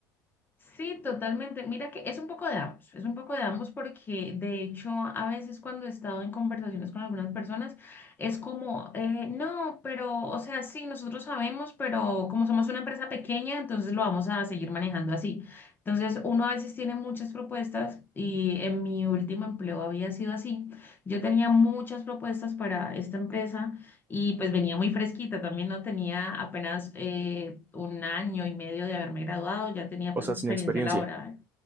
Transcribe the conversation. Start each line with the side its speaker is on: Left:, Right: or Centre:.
Left: Sí, totalmente. Mira que es un poco de ambos, es un poco de ambos porque de hecho a veces cuando he estado en conversaciones con algunas personas es como, eh, no, pero, o sea, sí, nosotros sabemos, pero como somos una empresa pequeña, entonces lo vamos a seguir manejando así. Entonces uno a veces tiene muchas propuestas y en mi último empleo había sido así. Yo tenía muchas propuestas para esta empresa y pues venía muy fresquita, también no tenía apenas eh, un año y medio de haberme graduado, ya tenía
Right: o
Left: pues
Right: sea,
Left: experiencia
Right: sin experiencia,
Left: laboral.